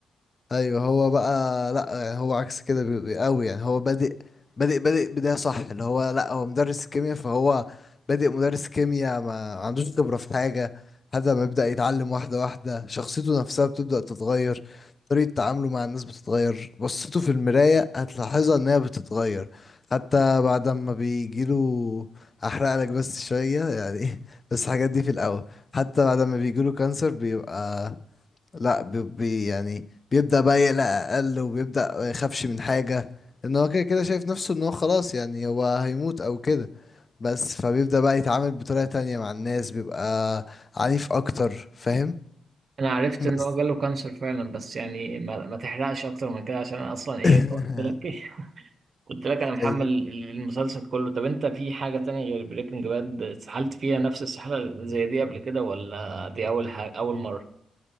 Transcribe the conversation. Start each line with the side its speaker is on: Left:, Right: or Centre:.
Left: ايوه هو بقى لا يعني هو عكس كده بي- قوي يعني هو بادئ بادئ بادئ بداية صح اللي هو لا هو مدرس كيمياء فهو بادئ مدرس كيمياء ما عندوش خبرة في حاجة هذا ما يبدأ يتعلم واحدة واحدة شخصيته نفسها بتبدأ تتغير طريقة تعامله مع الناس بتتغير بصته في المراية هتلاحظها انها بتتغير حتى بعد ما بيجيله احرق لك بس شوية يعني <laughs> بس الحاجات دي في الاول حتى بعد ما بيجيله كانسر بيبقى لا بي بي- يعني بيبدأ بقى يقلق أقل وبيبدأ ما يخافش من حاجة إن هو كده كده شايف نفسه إن هو خلاص يعني هو هيموت أو كده بس فبيبدأ بقى يتعامل بطريقة تانية مع الناس بيبقى عنيف أكتر فاهم
Right: انا عرفت ان
Left: بس
Right: هو جاله كانسر فعلا بس يعني ما, ما تحرقش اكتر من كده عشان انا اصلا ايه
Left: <laughs>
Right: <laughs> قلت لك ايه <laughs> قلت لك انا محمل
Left: أي-
Right: ال- المسلسل كله طب انت في حاجة تانية غير بريكنج باد اتسحلت فيها نفس السحلة زي دي قبل كده ولا دي اول حاجة اول مرة